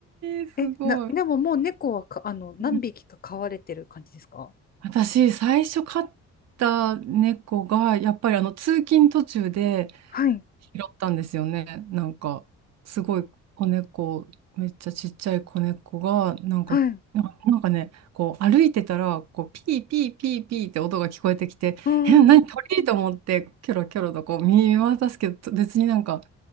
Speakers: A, on the right (about 60°); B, on the left (about 30°).
A: ー、
B: え、
A: すごい。
B: な、でももう猫はか、あの、何匹か飼われてる感じですか
A: うん私、最初飼った猫が、やっぱりあの通勤途中で、
B: はい、
A: 拾ったんですよね。なんか、すごい子猫、めっちゃちっちゃい子猫が、なんか、
B: はい。う
A: な、なんかね、こう歩いてたら、こうピーピーピーピーって音が聞こえてきて、
B: ーん、
A: え、何鳥と思って、
B: うん、
A: キョロキョロとこう見渡すけど、別になんか